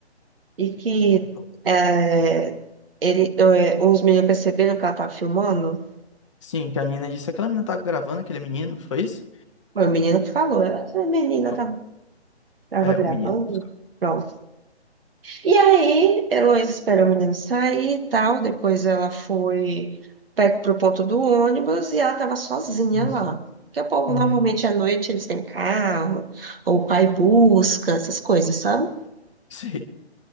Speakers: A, on the right; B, on the left.
A: E que
B: contou.
A: é, ele, é, os meninos perceberam que ela tava filmando.
B: Sim, que a menina disse, aquela menina tava gravando aquele menino, foi isso?
A: Foi o menino que falou. Ela, a menina
B: Foi-
A: tava, tava
B: É, o
A: gravando.
B: menino. desculpa.
A: Pronto. E aí, Heloísa esperou o menino sair e tal. Depois ela foi pe- pro ponto do ônibus e ela tava sozinha
B: Uhum.
A: lá. Porque o povo,
B: Uhum.
A: normalmente,
B: <laughs>
A: à noite, eles têm carro, ou o pai busca, essas coisas, sabe?
B: Sei.